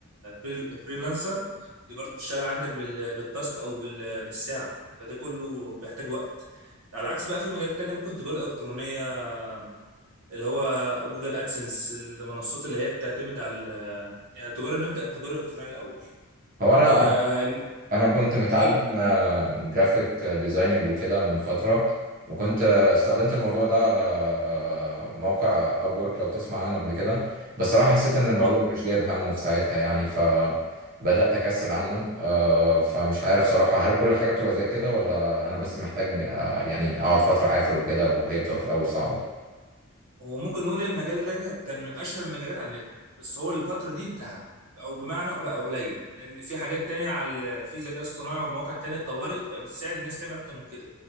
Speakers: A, on the right; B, on the right.
A: الفريلانسر دي برضو بتشتغل عندك بال- بالتاسك او بال- بالساعه فده كله بيحتاج وقت على عكس بقى في مجالات تانية ممكن تجارة إلكترونية اللي هو جوجل أدسنس المنصات اللي هي بتعتمد على ال- يعني التجارة نبدأ بالتجارة الإلكترونية الأول
B: هو انا
A: آه إن-
B: انا كنت متعلم
A: مم،
B: جرافيك ديزايننج وكده من فتره وكنت آه، استخدمت الموضوع ده على آه، موقع ابورك لو تسمع عنه قبل كده بس صراحه حسيت ان الموضوع
A: آه
B: مش جايب همه في ساعتها يعني فبدات اكسل عنه آه، فمش عارف صراحه هل كل حاجه بتبقى زي كده ولا انا بس محتاج آه، يعني اقعد فتره عافر وكده وهي بتبقى في الاول صعبه
A: هو ممكن نقول إن المجال ده كان من أشهر المجالات على النت بس هو الفترة دي انتهى أو بمعنى بقى قليل لأن في حاجات تانية على في ذكاء اصطناعي ومواقع تانية اتطورت بقى بالسعر الناس تعمل أكتر من كده